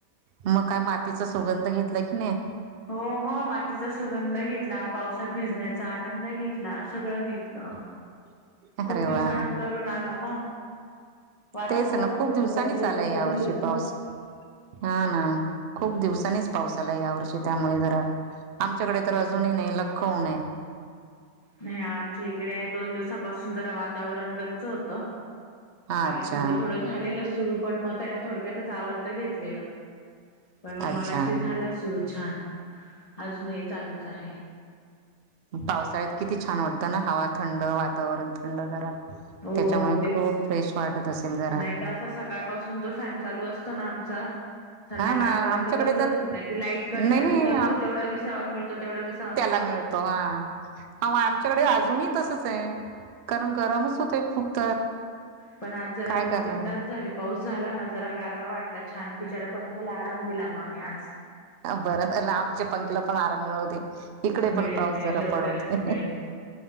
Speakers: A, on the right (about 65°); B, on the left (about 30°).
A: मग काय मातीचा सुगंध घेतलाय की नाही.
B: हो मग मातीचा सुगंध घेतला. पावसात भिजण्याचा आनंद घेतला. सगळं घेतलं.
A: <inaudible>
B: खूप
A: अरे
B: दिवसानंतरून
A: वा
B: आला ना वाटच
A: तेच
B: बघत
A: ना खूप
B: होतो
A: दिवसांनीच
B: कधी येतो
A: आलाय
B: कधी
A: या वर्षी
B: येतो.
A: पाऊस. हा ना खूप दिवसाांनीच पाऊस आलाय या वर्षी त्यामुळे जरा आमच्याकडे तर अजूनही नाही लख्ख ऊन आहे.
B: नाही आमच्या इकडे दोन दिवसापासून जरा वातावरण गच्च होत. काल
A: अच्छा
B: थोडं थोडं झालेलं सुरू पण मग त्याने थोडक्यातच आवर्त घेतलेलं. पण मग
A: अच्छा
B: मगाशी झाला सुरू छान. अजूनही चालूच आहे.
A: पावसाळ्यात किती छान वाटतं ना हवा थंड वातावरण थंड जरा
B: हो
A: त्याच्यामुळे
B: तेच
A: खूप फ्रेश वाटत असेल जरा
B: नाही तर असा सकाळ पासून जो फॅन चालू असतो ना आमचा संध्याकाळपर्यंत
A: हा ना आमच्याकडे
B: बंदच
A: तर
B: होत नाही. त लाईट कट
A: नाही
B: झाली
A: नाही
B: तर तो तेवढा विसावा मिळतो. तेवढा विसावा मिळ
A: खायला मिळतो हां आमच्या कडे अजून ही तसच आहे. कारण गरमच होतय खू खूप तर
B: पण आज जरा
A: काय
B: दोन
A: करणार
B: तीन तास झाले पाऊस झाला ना जरा गारवा वाटला छान बिचऱ्या पंख्याला आराम दिला म आम्ही आज
A: ह बरं झालं आमच्या पंख्याला पण आराम मिळु दे. इकडे
B: मिळेल
A: पण पाऊस
B: मिळेल
A: जरा
B: लवकरच
A: पडू दे.
B: मिळेल